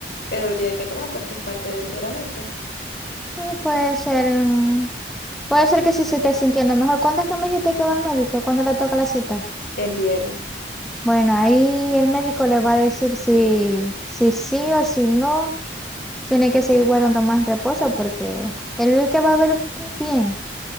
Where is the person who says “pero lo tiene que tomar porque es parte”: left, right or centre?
Left